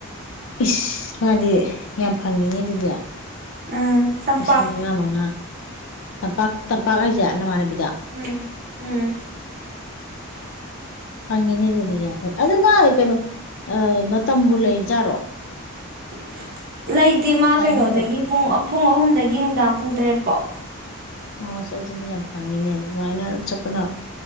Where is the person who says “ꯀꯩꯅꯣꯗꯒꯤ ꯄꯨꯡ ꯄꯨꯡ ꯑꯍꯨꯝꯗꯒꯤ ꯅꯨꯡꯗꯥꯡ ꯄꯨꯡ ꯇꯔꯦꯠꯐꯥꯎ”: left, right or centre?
Right